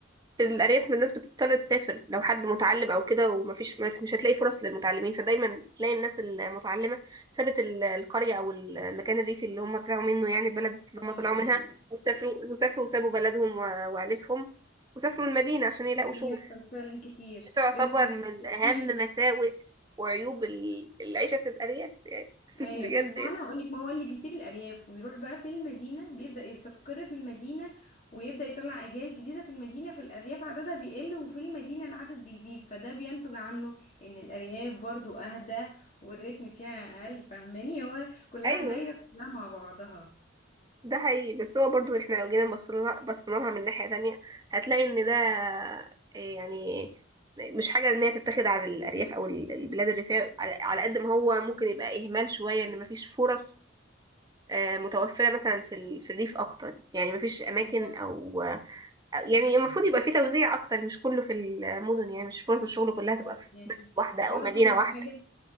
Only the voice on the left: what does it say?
اه
يعني
بيحصل
فعلا كتير
بيحصل فعلا
وفي
ايوه
وانا
هقول لك ما هو اللي بيسيب الارياف ويروح بقى في المدينه بيبدا يستقر في المدينه ويبدا يطلع اجيال جديده في المدينه في الارياف عددها بيقل وفي المدينه العدد بيزيد فده بينتج عنه ان الارياف برضو اهدى والريتم فيها اقل فاهماني هو كلها
دايره كلها مع بعضها
بالظبط
بالظبط
يعني
برضو
حاجه